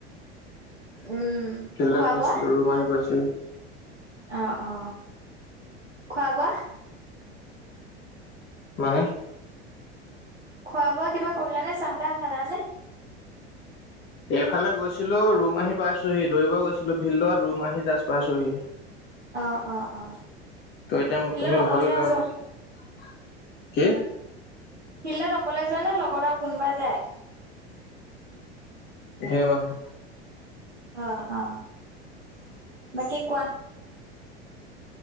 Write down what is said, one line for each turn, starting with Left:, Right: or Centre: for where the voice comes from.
Right: উম
Left: ফিল্ডত
Right: খোৱা
Left: গইছিলো
Right: বোৱা
Left: ৰুম আহি পাইচো
Right: অ অ খোৱা বোৱা
Left: মানে
Right: খোৱা বোৱা কিবা কৰিলা নে চাহ তাহ খালা নে
Left: এইফালে গৈছিলো ৰুমাহি পাইছোহি দৌৰিব গৈছিলো ফিল্ডত ৰুমাহী জাজ পাইছোহি
Right: অ অ অ
Left: ত এতি
Right: ফিল্ডত
Left: তুমি
Right: অকলে
Left: ভাবিলোৱা
Right: যোৱা
Left: মাৰ কি
Right: ফিল্ডত অকলে যোৱা নে লগত আৰু কোনোবা যায়
Left: ধ মানহ
Right: অ অ বাকে কোৱা